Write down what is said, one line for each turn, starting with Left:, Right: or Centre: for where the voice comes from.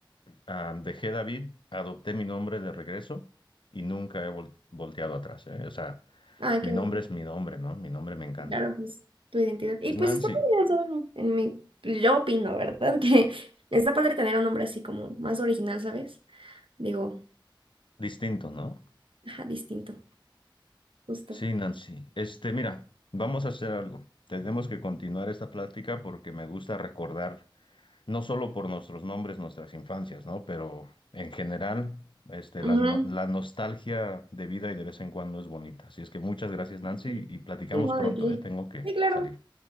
Left: ah, dejé David, adopté mi nombre de regreso y nunca he vol- volteado atrás, ¿eh? O sea,
Right: Ah, qué
Left: mi nombre
Right: bueno.
Left: es mi nombre, ¿no? Mi nombre me encanta.
Right: Claro, pues tu identidad. Y
Left: Pues
Right: pues
Left: Nancy,
Right: está padre, o sea, bueno, en mi, pues, yo opino, ¿verdad? <laughs> Que está padre tener un nombre así como más original, ¿sabes? Digo,
Left: distinto, ¿no?
Right: ajá, distinto, justo.
Left: Sí, Nancy. Este, mira, vamos a hacer algo. Tenemos que continuar esta plática porque me gusta recordar no solo por nuestros nombres, nuestras infancias, ¿no? Pero en general, este,
Right: Ujú,
Left: las no- la, nostalgia de vida y de vez en cuando es bonita. Así es que muchas gracias, Nancy,
Right: Sí,
Left: y platicamos
Right: Sí, no,
Left: pronto,
Right: de qué.
Left: ¿eh? Tengo que
Right: Sí, claro.
Left: salir.